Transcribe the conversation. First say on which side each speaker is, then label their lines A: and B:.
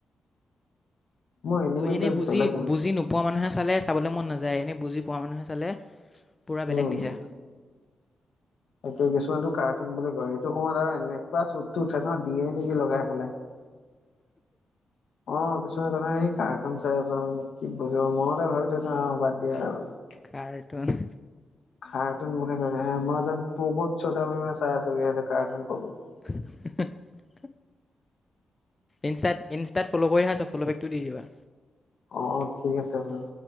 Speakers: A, on the left; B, on the left.
A: মোৰ এনিমে
B: এনেই
A: ক্ৰেজ
B: বুজি,
A: বেলেগ মানে
B: বুজি নোপোৱা মানুহে চালে চাবলৈ মন নাযায়। এনেই বুজি পোৱা মানুহে চালে পুৰা বেলেগ
A: উম
B: নিচা।
A: তাকে কিছুমানটো কাৰ্টুন বুলি কয়। সেইটো সময়ত আৰু এনেকুৱা চুটটো উঠে ন, দিয়ে নেকি লগাই পেলাই। অ' কিছুমান কথা সেই কাৰ্টুন চাই আছ কি <unintelligible> মনতে ভাবি থৈ দিও আৰু, বাদ দিয়া আৰু।
B: কাৰ্টুন।
A: কাৰ্টুন মানে <unintelligible> মই যেন প'গ'ত ছোটা ভিমহে চাই আছো। ইহঁতে কাৰ্টুন ক'ব।
B: <unintelligible> ইনষ্টাত ফল' কৰিহে আছোঁ, ফল'বেকটো দি দিবা।
A: অ' ঠিক আছে বাৰু।